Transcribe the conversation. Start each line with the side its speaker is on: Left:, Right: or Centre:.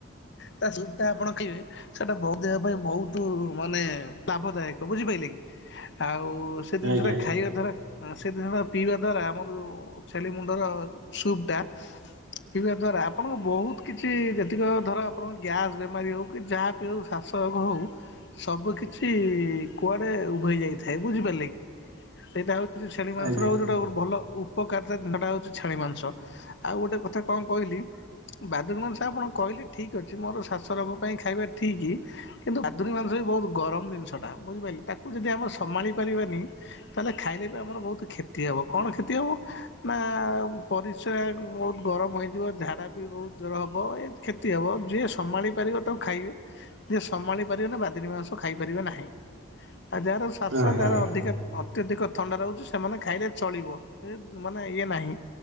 Left: ତା, ସୁପ୍ ଟା ଆପଣ ପିବେ। ସେଇଟା ବହୁତ୍ ଦେହ ପାଇଁ ବହୁତୁ ମାନେ ଲାଭଦାୟକ ବୁଝିପାଇଲେ କି! ଆଉ ସେ ଜିନିଷଟା
Right: ଆଜ୍ଞା
Left: ଖାଇବା ଦ୍ୱାରା ସେ ଜିନିଷ ଟା ପିଇବା ଦ୍ଵାରା ଆମର, ଛେଲି ମୁଣ୍ଡର ସୁପ୍ ଟା ପିଇବା ଦ୍ଵାରା ଆପଣଙ୍କ ବହୁତ କିଛି ଯେତିକ ଧର, ଆପଣଙ୍କ ଗ୍ୟାସ୍ ବେମାରୀ ହଉ କି ଯାହା ଯଉ ଶ୍ୱାସ ରଗ ହଉ ସବୁ କିଛି କୁଆଡେ ଉଭେଇ ଯାଇଥାଏ, ବୁଝିପାରିଲେ କି! ସେଇଟା ହଉ ଛେଳି ମାଂସର
Right: ଆଜ୍ଞା
Left: ହଉ ଯୋଟା ଭଲ ଉପ୍ ଉପକାରିତା ଦିଅଟା ହଉଛି ଛେଳି ମାଂସ। ଆଉ ଗୋଟେ କଥା କଣ କହିଲି ବାଦୁୁଡିମାଂସ ଆପଣ କହିଲେ ଠିକ୍ ଅଛି। ମୋର ଶ୍ୱାସ ରୋଗ ପାଇଁ ଖାଇବା ଠିକ୍। କିନ୍ତୁ ବାଦୁଡ଼ି ମାଂସ ବି ବହୁତ ଗରମ ଜିନିଷଟା। ବୁଝିପାଇଲେ, ତାକୁ ଯଦି ଆମେ ସମାଳି ପାରିବାନି ତାହେଲେ, ଖାଇଲେ ବି ଆମର ବହୁତ କ୍ଷେତି ହବ? କଣ କ୍ଷେତି ହବ? ନା ପରିସ୍ରା ବହୁତ ଗରମ ହୋଇଯିବ। ଝାଡ଼ା ବି ବହୁତ ଜର ହେବ ଏଁତି କ୍ଷେତି ହେବ। ଯିଏ ସମାଳି ପାରିବ, ତାକୁ ଖାଇବେ। ଯିଏ ସମାଳି ପାରିବେନା ବାଦିରୀ ମାଂସ ଖାଇ ପାରିବେ ନାହିଁ। ଆଉ ଯାହାର ସ ଶ୍ୱାସ
Right: ଓହୋ
Left: ଯାହାର ଅଧିକା ଅତ୍ୟଧିକ ଥଣ୍ଡା ରହୁଛି। ସେମାନେ ଖାଇଲେ ଚଳିବ। ଏ ମାନେ ଇଏ ନାହିଁ।